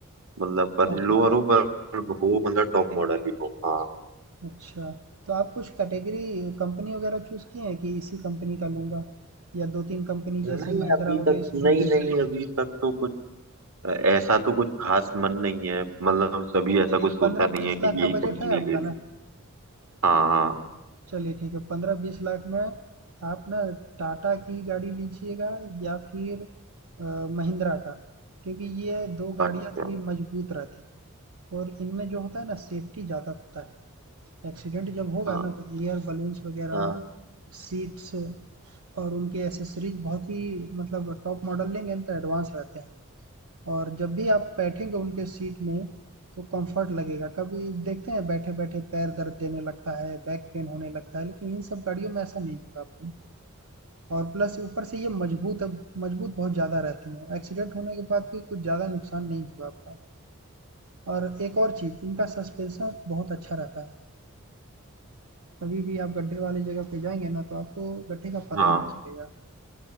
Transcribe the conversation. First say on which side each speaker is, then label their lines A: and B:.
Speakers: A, on the right; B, on the right.
A: मतलब पर
B: Top
A: लोअर
B: model.
A: हो पर हो मतलब टॉप मॉडल ही हो हाँ
B: अच्छा, तो आप कुछ कैटेगरी कंपनी वगैरह चूज़ किए हैं कि इसी कंपनी का लूँगा या 2-3 कंपनी
A: नहीं
B: जैसे महिंद्रा
A: अभी
B: हो गई,
A: तक
B: सुजुकी
A: नहीं
B: हो
A: नहीं
B: गई?
A: अभी तक तो कुछ अ, ऐसा तो कुछ खास मन नहीं है मतलब सभी ऐसा
B: चलिए
A: कुछ सोचा
B: 15-20
A: नहीं है कि
B: लाख का
A: यही
B: बजट
A: कंपनी
B: है आपका
A: ले रही
B: ना?
A: हाँ हाँ
B: चलिए ठीक है 15-20 लाख में आप ना टाटा की गाड़ी लीजिएगा या फिर अ, महिंद्रा का क्योंकि ये दो
A: अच्छा
B: गाड़ियाँ थोड़ी मजबूत रहती हैं और इनमें जो होता है ना सेफ्टी ज़्यादा होता है एक्सीडेंट जब होगा
A: हाँ
B: ना तो एयर बलून्स वगैरह
A: हाँ
B: सीट्स और उनके एसेसरीज बहुत ही मतलब टॉप मॉडल लेंगे ना तो एडवांस रहते हैं और जब भी आप बैठेंगे उनके सीट में, तो कम्फ़र्ट लगेगा। कभी देखते हैं बैठे-बैठे पैर दर्द देने लगता है, बैक पेन होने लगता है, लेकिन इन सब गाड़ियों में ऐसा नहीं होगा आपको और प्लस ऊपर से ये मज़बूत अब मज़बूत बहुत ज़्यादा रहती हैं। एक्सीडेंट होने के बाद भी कुछ ज़्यादा नुकसान नहीं होगा आपका और एक और चीज़, इनका सस्पेंशन बहुत अच्छा रहता है। कभी भी आप गड्ढे वाली जगह पे जाएँगे ना, तो आपको गड्ढे का पता
A: हाँ
B: ही नहीं चलेगा।